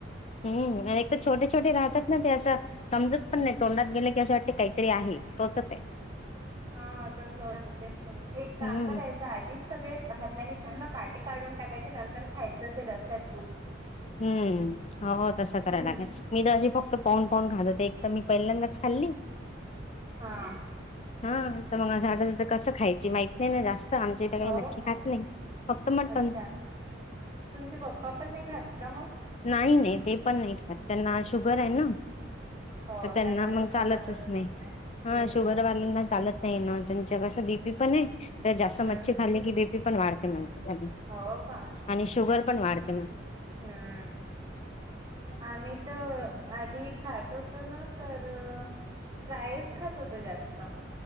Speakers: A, on the left; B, on the right.
A: हम्म आणि एक तर छोटे छोटे राहतात ना ते असं - समजत पण नाही तोंडात गेले की असं वाटते काहीतरी आहे टोचत आहे.
B: हा तस होत ते एक काम
A: हम्म
B: करायचं आहे. आधी सगळे हातानी पूर्ण काटे काढून टाकायचे नंतर खायचं ते रस्स्यात
A: हम्म हो हो तसं
B: हम्म
A: कराय लागल. मी तर अशी फक्त पाऊड पाहून घालत एक तर मी पहिल्यांदाच खाल्ली.
B: हा
A: हा तर मग असं आठत तर कसं खायची माहिती. ते ना जास्त आमच्या इथे काही
B: हो
A: मच्छी
B: का
A: खात नाही फक्त मटन.
B: अच्छा तुमचे पप्पा पण नाही खात मग.
A: नाही नाही ते पण नाही खात त्यांना शुगर आहे ना.
B: हो
A: तर त्यांना मग
B: तर
A: चालतच
B: जमतच
A: नाही हा
B: हम्म
A: शुगरवाना. ना चालत नाही ना त्यांच कस बीपी पण आहे. तर जास्त
B: हम्म
A: मच्छी
B: हम्म
A: खाल्ली की बीपी पण वाढते म्हणते
B: हो का
A: आणि शुगर पण वाढ ''--''
B: हम्म. आम्ही तर आधी खात होतो ना तर. प्रायस खात होतो जास्त.